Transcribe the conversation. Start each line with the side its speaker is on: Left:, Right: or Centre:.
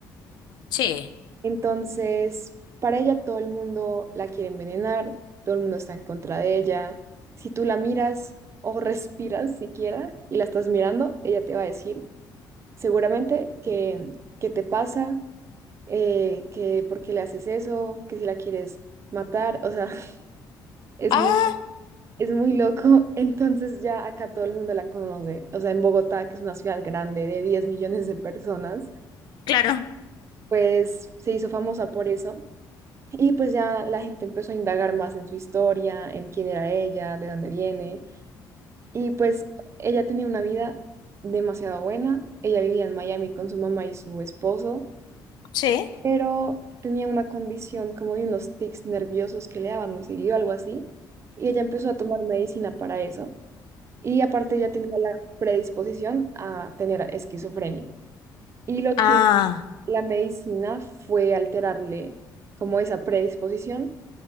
Left: sí.
Right: Entonces, para ella todo el mundo la quiere envenenar, todo el mundo está en contra de ella. Si tú la miras o respiras siquiera y la estás mirando, ella te va a decir seguramente que, que te pasa, eh, que por qué le haces eso, que si la quieres matar, o sea, <laughs> es
Left: Ah,
Right: muy, es muy loco. Entonces ya acá todo el mundo la conoce. O sea, en Bogotá, que es una ciudad grande de 10 millones de personas,
Left: claro.
Right: pues se hizo famosa por eso Y pues ya la gente empezó a indagar más en su historia, en quién era ella, de dónde viene. Y pues ella tenía una vida demasiado buena. Ella vivía en Miami con su mamá y su esposo,
Left: sí.
Right: pero tenía una condición como de unos tics nerviosos que le daban muy seguido, algo así. Y ella empezó a tomar medicina para eso. Y aparte ya tenía la predisposición a tener esquizofrenia. Y lo
Left: Ah,
Right: que la medicina fue alterarle como esa predisposición